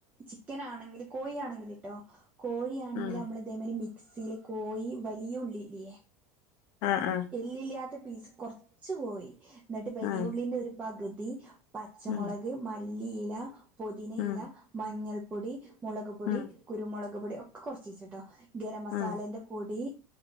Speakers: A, on the right; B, on the left.
A: ചിക്കനാണെങ്കിൽ കോഴി ആണെങ്കില് ട്ടൊ കോഴിയാണെങ്കിൽ
B: ഉം
A: നമ്മളെ മിക്സീല് കോയി വലിയ ഉള്ളി ഇല്ല്യേ
B: ആഹ് ആഹ്
A: എല്ലില്ലാത്ത പീസ് കൊർച് കോയി ന്ന്ട്ട് വെലിയ
B: ആഹ്
A: ഉള്ളിന്റെ ഒരു പകു തി പച്ച
B: ഉം
A: മൊളക് മ ലീല പൊതിനയിലാ
B: ഉം
A: മഞ്ഞൾ പൊടി മൊളക് പൊടി,
B: ഉം
A: കുരുമൊളക് പൊടി ഒക്കെ കൊറച്ച് വെച്ച്ട്ടോ ഗരം മസാലന്റെ
B: ഉം
A: പൊടി